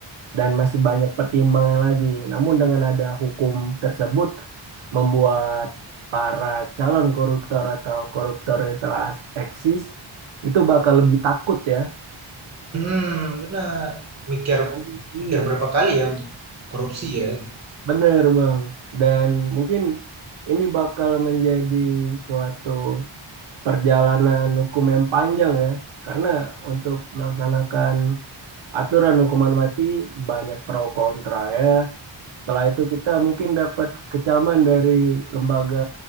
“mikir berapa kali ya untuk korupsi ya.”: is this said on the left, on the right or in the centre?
Right